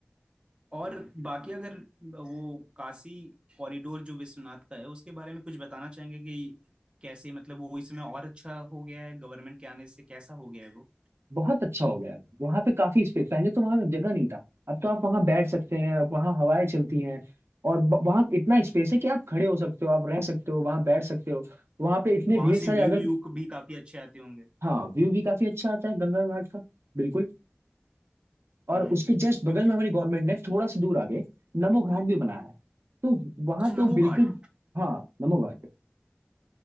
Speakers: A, on the right (about 25°); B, on the right (about 75°).
A: और बाकी अगर वो काशी कॉरिडोर जो विश्वनाथ का है उसके बारे में कुछ बताना चाहेंगे कि कैसे मतलब वो इस समय और अच्छा हो गया है गवर्नमेंट के आने से कैसा हो गया है वो
B: बहुत अच्छा हो गया है वहां पे काफी स्पेस पहले तो वहां जगह नहीं था अब तो आप वहां बैठ सकते हैं अब वहां हवाएं चलती हैं और ब- वहां इतना स्पेस है कि आप खड़े हो सकते हो आप रह सकते हो वहां बैठ सकते हो वहां पे इतने
A: वहां
B: ढेर
A: से
B: सारे
A: व्यू
B: अगल
A: व्यू भी काफी अच्छे आते होंगे
B: हाँ व्यू भी काफी अच्छा आता है गंगा घाट का बिल्कुल और
A: हम्म
B: उसके जस्ट बगल
A: क्योंकि
B: में हमारी गवर्नमेंट ने थोड़ा सा दूर आगे नमो घाट भी बनाया है तो वहां
A: अच्छा
B: तो
A: नमो
B: बिल्कुल
A: घाट
B: हाँ नमो घाट